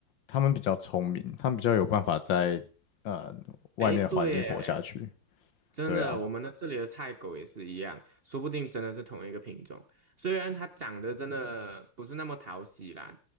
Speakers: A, on the left; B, on the right.
A: 他们比较聪明，他们比较有办法在呃外面的环境活下去。
B: 诶，对耶，真的，
A: 对啊，
B: 我们的这里的菜狗也是一样，说不定真的是同一个品种。虽然它长得真的不是那么讨喜啦，